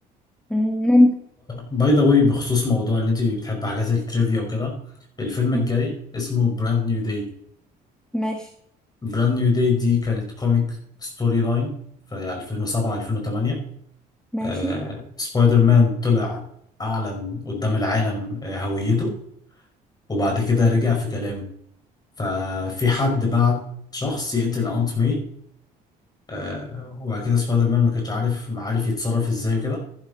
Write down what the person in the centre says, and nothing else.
مم، ممكن
مم،
ماشي
ماشي